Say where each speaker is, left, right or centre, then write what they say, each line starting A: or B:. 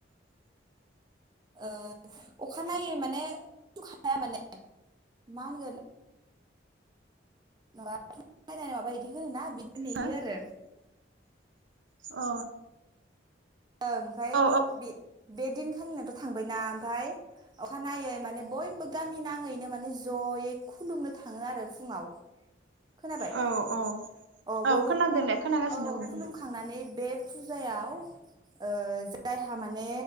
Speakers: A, on the right; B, on the right.
A: ओ अखानायै माने उन्दुखाया माने मा होनगोन माबा बायनानै माबा बिदि होनो ना बिदि नेयो
B: हो
A: आरो
B: अ
A: ओं ओमफ्राय
B: औ
A: बे बे दिनखालिनाथ' थांबायना ओमफ्राय अखानायै माने बयबो गामि नाङैनो माने जयै खुलुमनो थाङो आरो फुङाव खोनाबाय
B: औ औ
A: अ
B: औ
A: बयबो
B: खोनादों दे खोनागासिनो
A: औ
B: बुं
A: खुलुमखांनानै
B: उम
A: बे फुजायाव जायहा माने